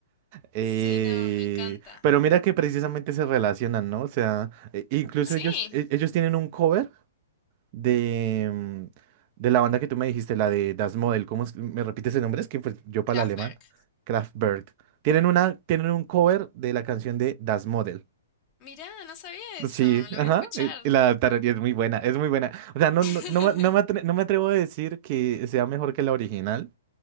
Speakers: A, on the right; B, on the left.
A: Eh,
B: Sí, no, me encanta.
A: pero mira que precisamente se relacionan, ¿no? O sea, e- incluso
B: Sí,
A: ellos, e- ellos tienen un cover de, mm, de la banda que tú me dijiste, la de Das Model. ¿Cómo es- me repites el nombre? Es que pues, yo para
B: Kraftwerk.
A: el alemán, Kraftwerk. Tienen una, tienen un cover de la canción de Das Model.
B: Mirá, no sabía eso,
A: Sí,
B: lo
A: ajá,
B: voy a escuchar.
A: y y la tararía es muy buena, es muy buena. O sea, no,
B: <laughs>
A: no, no, me no me atre- no me atrevo a decir que sea mejor que la original,